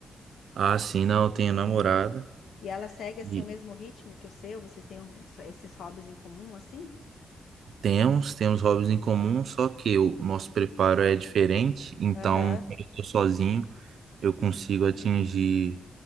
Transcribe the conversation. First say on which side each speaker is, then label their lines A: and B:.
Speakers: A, on the right; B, on the left.
A: Ah, sim, não, eu tenho namorada
B: E ela segue assim
A: e
B: o mesmo ritmo que o seu? Vocês têm uns- esses hobbies em comum, assim?
A: temos, temos hobbies em comum, só que o nosso preparo é diferente. Então,
B: Aham.
A: quando eu tô sozinho, eu consigo atingir